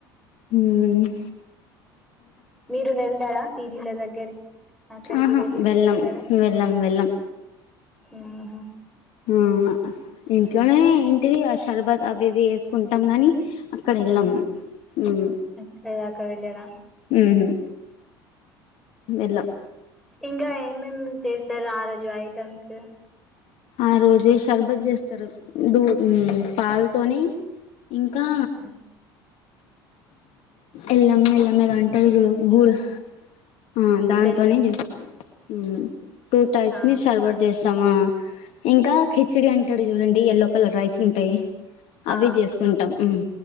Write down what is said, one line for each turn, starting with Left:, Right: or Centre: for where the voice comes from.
Left: ఉమ్
Centre: మీరు వెళ్దారా పీరీల దగ్గరికి? అక్కడికి
Left: ఆహా
Centre: వెళ్ళి
Left: వెళ్ళం
Centre: చూస్తరా?
Left: వెళ్ళం వెళ్ళం
Centre: ఆహ
Left: ఆ ఇంట్లోనే ఏంటిది ఆ షర్బత్ అవి ఇవి వేసుకుంటాం గాని అక్కడ ఎళ్ళము,
Centre: ఆ,
Left: ఉమ్
Centre: అక్కడ దాకా వెళ్ళరా
Left: ఉహు ఎల్లం
Centre: ఇంగా ఏమేమి చేస్తరు ఆ రోజు ఐటమ్స్?
Left: ఆ రోజే షర్బత్ చేస్తరు, దూ పాలతోనీ ఇంకా
Centre: ఉమ్.
Left: ఎల్లమే ఎల్లమే ఏదో అంటరు జూడు గూడు ఆ దాంతోనే
Centre: బెల్లం
Left: చేస్తాము, ఉమ్ టూ టైప్స్
Centre: ఆ,
Left: ని షర్వట్ చేస్తామా ఇంకా కిచిడి అంటడు చూడండి ఎయల్లో కలర్ రైస్ ఉంటయి అవి
Centre: ఆ,
Left: చేసుకుంటాం, ఉమ్